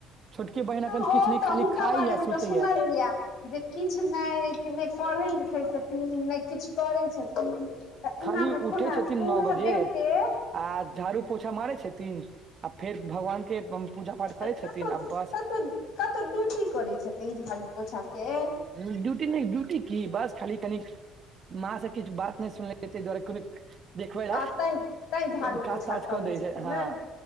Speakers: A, on the right; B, on the left.
A: छोटकी बहिन अखन
B: ओ
A: किछ नै,
B: तऽ
A: खाली
B: हुनका
A: खाये
B: बारेमे
A: सुतैया।
B: तऽ सुनलियै जे किछ नै, की नै पढ़ैय-लिखैय छथि। नै किछु करै छथिन तऽ
A: खाली
B: एना में थोड़ा
A: उठै छथिन
B: पूरा
A: नओ बजे
B: देह-तेह।
A: आ झाड़ु-पोछा मारैय छथिन, आ फेर भगवान के। पूजा पाठ
B: कत्तौ,
A: करै छथिन आ बस
B: कत्तौ, कत्तौ ड्यूटी करैय छथिन, झाड़ु-पोछा के।
A: डयूटी नै, ड्यूटी की बस खाली कनि। माँ से किछु बात नै सुनले, तैय दुआरे कोनो। देखबै लए
B: आ तैंय, तैंय झाड़ु-
A: काज
B: पोछा
A: ताज
B: कऽ लैय
A: दै
B: छथिन
A: छै हँ
B: नै,